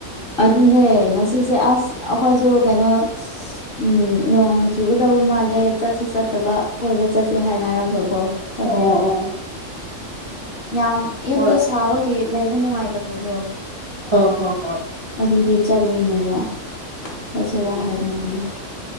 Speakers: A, on the left; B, on the right.
A: ꯑꯗꯨꯅꯦ ꯉꯁꯤꯁꯦ ꯑꯁ ꯑꯩꯈꯣꯏꯁꯨ ꯀꯩꯅꯣ ꯎꯝ ꯅꯣꯡ ꯆꯨꯒꯗꯕ ꯇꯧ ꯃꯥꯜꯂꯦ ꯆꯠꯁꯨ ꯆꯠꯇꯕ ꯀꯣꯏꯕ ꯆꯠꯁꯦ ꯍꯥꯏꯅꯔꯒ ꯑꯣ ꯆꯠꯇ꯭ꯔꯦ
B: ꯑꯣ ꯑꯣ
A: ꯌꯥꯝ ꯌꯨꯝꯗ
B: ꯍꯣꯏ
A: ꯁꯥꯕꯒꯤ ꯂꯩꯕ ꯅꯨꯡꯉꯥꯏꯇꯕꯗꯣ
B: ꯍ ꯍꯣ ꯍꯣ
A: ꯑꯗꯨꯒꯤ ꯆꯠꯂꯤꯅꯦꯕ ꯆꯠꯁꯤꯔꯥ ꯍꯥꯏꯅꯕꯅꯦ